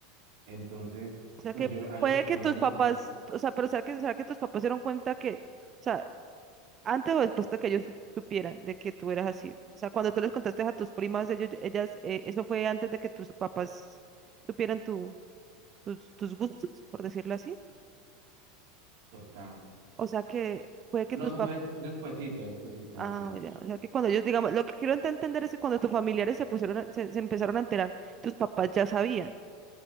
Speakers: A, on the right; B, on the right.
A: Entonces,
B: O sea
A: pues
B: que
A: yo a ellos
B: puede
A: los quiero
B: que tus
A: mucho,
B: papás, o sea, pero o sea que, o sea que tus papás se dieron cuenta que, o sea, antes o después de que ellos sup- supieran de que tú eras así. O sea, cuando tú les contaste a tus primas, ellos, ellas, eh, eso fue antes de que tus papás supieran tu, tus, tus gustos, por decirlo así.
A: total.
B: O sea que puede que
A: No,
B: tus
A: eso
B: papás,
A: fue des- despuesito, despuesito,
B: ah,
A: despuesito.
B: ya. O sea que cuando ellos, digamos, lo que quiero ent- entender es que cuando tus familiares se pusieron, a- se, se empezaron a enterar, tus papás ya sabían.